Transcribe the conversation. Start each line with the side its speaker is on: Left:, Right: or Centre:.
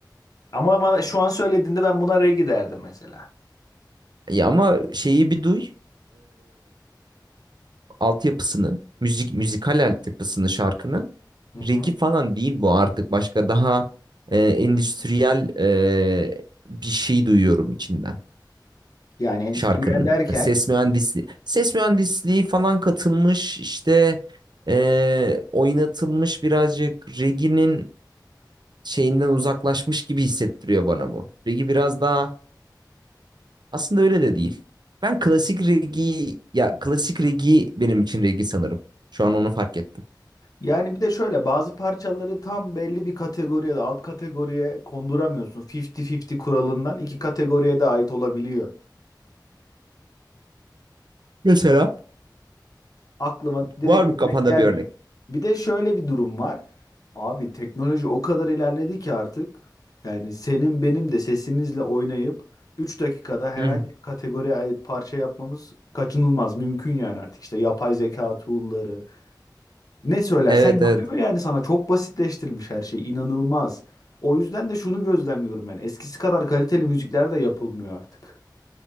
Left: Ama bana şu an söylediğinde ben buna regi derdim mesela.
Right: Ya ama şeyi bir duy. altyapısını, müzik müzikal altyapısını şarkının
Left: Hı hı.
Right: reggae falan değil bu artık başka daha e, endüstriyel e, bir şey duyuyorum içinden
Left: Yani endüstriyel
Right: şarkının.
Left: derken
Right: Ses mühendisliği, ses mühendisliği falan katılmış işte e, oynatılmış birazcık reggae'nin şeyinden uzaklaşmış gibi hissettiriyor bana bu. Reggae biraz daha aslında öyle de değil. Ben klasik reggae ya klasik reggae benim için reggae sanırım. Şu an onu fark ettim.
Left: Yani bir de şöyle bazı parçaları tam belli bir kategoriye de alt kategoriye konduramıyorsun. 50-50 kuralından iki kategoriye de ait olabiliyor.
Right: Mesela?
Left: Aklıma direkt
Right: Var mı kafanda
Left: örnek gelmiyor.
Right: bir örnek?
Left: Bir de şöyle bir durum var. Abi teknoloji o kadar ilerledi ki artık yani senin benim de sesimizle oynayıp 3 dakikada herhangi
Right: Hı hı.
Left: bir kategoriye ait parça yapmamız kaçınılmaz mümkün yani artık işte yapay zeka tool'ları Ne söylersen
Right: Evet
Left: yapıyor
Right: evet.
Left: yani sana çok basitleştirilmiş her şey inanılmaz. O yüzden de şunu gözlemliyorum ben. Eskisi kadar kaliteli müzikler de yapılmıyor artık.